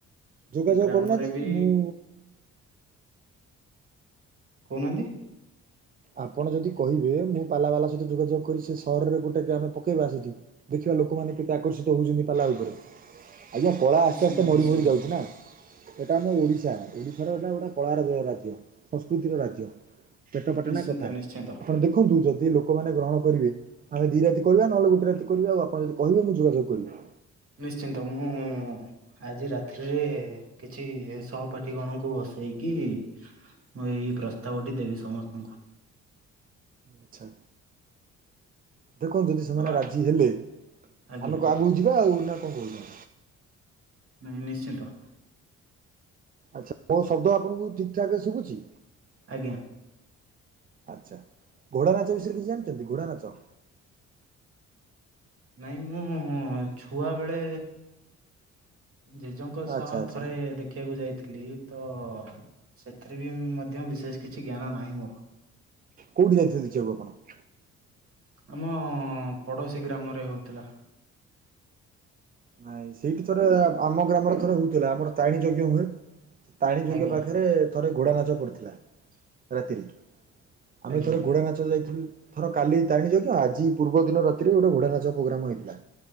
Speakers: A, on the right (about 30°); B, on the right (about 50°).
A: ଯୋଗାଯୋଗ
B: ଗ୍ରାମରେ
A: କରୁନାହାନ୍ତି
B: ବି
A: ମୁଁ
B: କହୁନାହାନ୍ତି?
A: ଆପଣ ଯଦି କହିବେ ମୁଁ ପାଲାବାଲା ସହିତ ଯୋଗାଯୋଗ କରି ସେ ସହରରେ ଗୋଟେ ଆମେ ପକେଇବା ଆ ସେଠି। ଦେଖିବା ଲୋକମାନେ କେତେ ଆକର୍ଷିତ ହଉଛନ୍ତି ପାଲା ଉପରେ। ଆଜ୍ଞା କଳା
B: ନିଶ୍ଚିନ୍ତ
A: ଆସ୍ତେ ଆସ୍ତେ ମରି
B: ନିଶ୍ଚିନ୍ତ
A: ମରି ଯାଉଛି ନା। ଏଇଟା ଆମ ଓଡ଼ିଶା ଓଡ଼ିଶାର ଏଇଟା ଗୋଟେ କଳା ରାଜ୍ୟ, ସଂସ୍କୃତିର ରାଜ୍ୟ। ପେଟ ପାଟଣା
B: ନିଶ୍ଚିନ୍ତ
A: କଥା ଆପଣ
B: ନିଶ୍ଚିନ୍ତ
A: ଦେଖନ୍ତୁ ଯଦି ଲ ଲୋକମାନେ ଗ୍ରହଣ କରିବେ ଆମେ ଦିଇ ରାତି କରିବା ନହେଲେ ଗୋଟେ ରାତି କରିବା ଆଉ, ଆପଣ ଯଦି କିବେ ମୁଁ ଯୋଗାଯୋଗ କରିବି।
B: ନିଶ୍ଚିନ୍ତ ମୁଁ ଆଜି ରାତିିରେ କିଛି ସହପାଠୀ ଗଣଙ୍କୁ ବସେଇକି ମୁଁ ଏଇ ପ୍ରସ୍ତାବ ଟି ଦେବି ସମସ୍ତଙ୍କୁ।
A: ଆଛା। ଦେଖନ୍ତୁ ଯଦି ସେମାନେ
B: ବା
A: ରାଜି ହେଲେ
B: ଆଜ୍ଞା
A: ଆମେକ ଆଗକୁ ଯିବା ଆଉ ନା କଣ କହୁଛ?
B: ନାଇଁ ନିଶ୍ଚିନ୍ତ।
A: ଆଛା ମୋ ଶବ୍ଦ ଆପଣଙ୍କୁ ଠିକ୍ ଠାକ୍ ରେ ଶୁଭୁଛି?
B: ଆଜ୍ଞା
A: ଆଚ୍ଛା ଘୋଡ଼ା ନାଚ ବିଷୟରେ କିଛି ଜାଣିଚନ୍ତି ଘୋଡ଼ା ନାଚ?
B: ନାଇଁ ମୁଁ ଛୁଆ ବେଳେ ଜେଜେଙ୍କ ସହ
A: ଆଚ୍ଛା ଆଚ୍ଛା
B: ଥରେ ଦେଖ ଦେଖିବାକୁ ଯାଇଥିଲି ତ ସେଥିରେ ବି ମଧ୍ୟ ବିଶେଷ କିଛି ଜ୍ଞାନ ନାହିଁ ମୋର।
A: କୋଉଠି ଯାଇଥିଲେ ଦେଖିବାକୁ ଆପଣ?
B: ଆମ ପଡୋଶୀ ଗ୍ରାମରେ ହଉଥିଲା।
A: ନାଇଁ ସେଇଠି ଥରେ ଆମ ଗ୍ରାମରେ ଥରେ ହଉଥିଲା, ଆମର ତାରିଣୀ ଯଜ୍ଞ ହୁଏ। ତାରିଣି ଯଜ୍ଞ
B: ଆଜ୍ଞା
A: ପାଖରେ ଥରେ ଘୋଡ଼ା ନାଚ ପଡ଼ିଥିଲା ରାତିରେ। ଆମେ
B: ଆଜ୍ଞା
A: ଥରେ ଘୋଡ଼ା ନାଚ ଯାଇଥିଲୁ। ଧର କାଲି ତାରିଣୀ ଯଞ ଆଜି ପୂର୍ବ ଦିନ ରାତିରେ ଗୋଟେ ଘୋଡ଼ା ନାଚ ପ୍ରୋଗ୍ରାମ ହେଇଥିଲା,